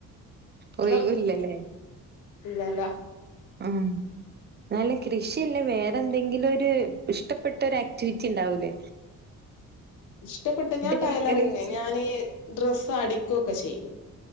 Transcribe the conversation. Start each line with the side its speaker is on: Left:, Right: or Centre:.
Right: ഒഴിവില്ലല്ലേ
Left: ഇങ്ങള് ഇല്ല ലോ?
Right: ആഹ് നല്ല കൃഷില്ല വേറെ എന്തെങ്കിലും ഒരു ഇഷ്ടപ്പെട്ട ഒരു ആക്ടിവിറ്റി ഇണ്ടാവൂലേ?
Left: ഇഷ്ടപ്പെട്ട് ഞാൻ
Right: കഴിക്കല്
Left: ടൈലറിങ്ങ്
Right: വെച്ച്
Left: ഞാന് ഡ്രസ്സ് അടിക്കു ഒക്കെ ചെയ്യും.